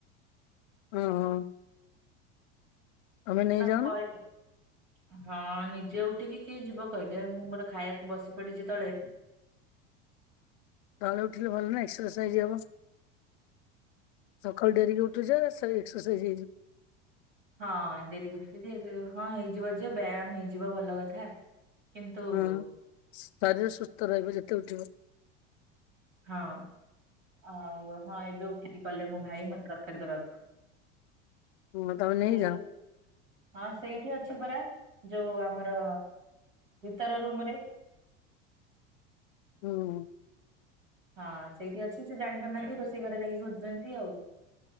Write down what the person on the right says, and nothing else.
ମୁଁ ତାଙ୍କୁ କହିଲି। ହଁ ନିଜେ ଉଠିକି କିଏ ଯିବ କହିଲେ। ମୁଁ ଗୋଟେ ଖାଇବାକୁ ବସି ପଡିଛି ତଳେ।
ହଁ ଡେରିରେ ଉଠୁଚେ। ହଁ ହେଇଯିବ ଯେ ବ୍ୟାୟାମ ହେଇଯିବ ଭଲ କଥା। କିନ୍ତୁ
ହଁ
ହଁ ଆଉ ହଁ ଏବେ ଉଠିକି ଗ଼ଲେ ମୋ ଭାଇ ମତେ ତରକାରୀ ଦବାକୁ।
ସେଇଠୁ।
ହଁ ସେଇଠି ଅଛି ପରା। ଯୋଉ ଆମର ଭିତର ରୁମରେ।
ହଁ ସେଇଠି ଅଛି ସେ ଜାଣି ପାରୁନାହାନ୍ତି ରୋଷେଇ ଘରେ ଯାଇକି ଖୋଜୁଚନ୍ତି ଆଉ।